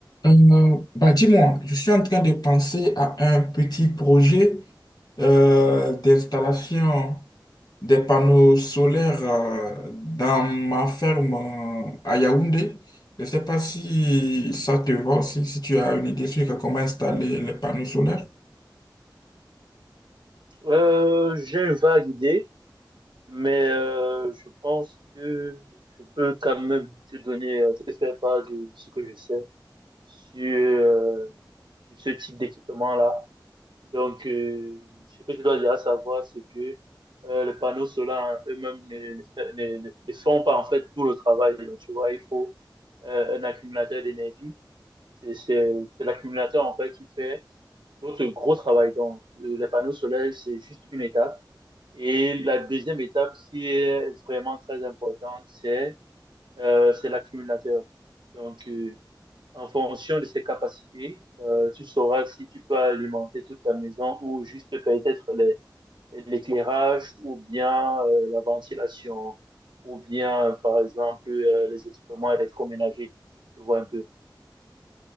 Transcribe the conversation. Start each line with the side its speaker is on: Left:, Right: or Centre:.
Left: Euh, bah dis-moi, je suis en train de penser à un petit projet euh, d'installation des panneaux solaires euh, dans ma ferme euh, à Yaoundé. Je ne sais pas si ça te va, si, si tu as une idée sur comment installer les panneaux solaires.
Right: Euh, j'ai une vague idée, mais euh, je pense que je peux quand même te donner, euh, te faire part de, de ce que je sais sur, euh, sur ce type d'équipement-là. Donc, euh, ce que je dois déjà savoir, c'est que euh, les panneaux solaires en eux-mêmes ne, ne, fait- ne- ne- ne font pas en fait tout le travail. Donc, tu vois, il faut euh, un accumulateur d'énergie. C'est, c'est, c'est l'accumulateur en fait qui fait l'autre gros travail. Donc, euh, les panneaux solaires, c'est juste une étape. Et la deuxième étape qui est vraiment très importante, c'est euh, c'est l'accumulateur. Donc, euh, en fonction de ses capacités, euh, tu sauras si tu peux alimenter toute ta maison ou juste peut-être les- l'éclairage ou bien euh, la ventilation ou bien, euh, par exemple, euh, les équipements électroménagers. Tu vois un peu.